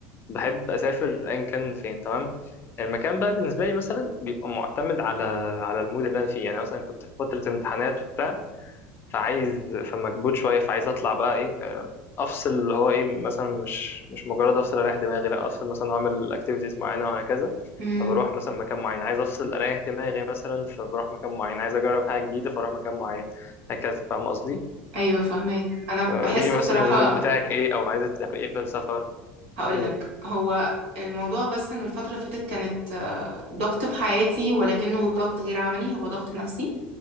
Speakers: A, on the left; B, on the right.
A: بحب اسافر ايا كان فين تمام المكان بقى بالنسبة لي مثلا بيبقى معتمد على على المود اللي انا فيه يعني مثلا كنت في فترة امتحانات وبتاع فعايز فمكبوت شويه فعايز اطلع بقى ايه آه، افصل اللي هو ايه مثلا مش مش مجرد افصل اريح دماغي لا افصل مثلا واعمل اكتيفيتيز معينه وهكذا
B: مم.
A: فبروح مثلا مكان معين عايز افصل اريح دماغي مثلا فبروح مكان معين عايز اجرب حاجه جديده فاروح مكان معين هكذا فاهم قصدي
B: أيوة فهمك أنا
A: قولي
B: بحس
A: لي
B: بصراحة
A: مثلا المود بتاعك ايه او عايزه تعمل ايه في السفر
B: هقولك
A: كده يعني
B: هو الموضوع بس إنه الفترة اللي فاتت كانت آه، ضغط في حياتي ولكنه ضغط غير عملي هو ضغط نفسي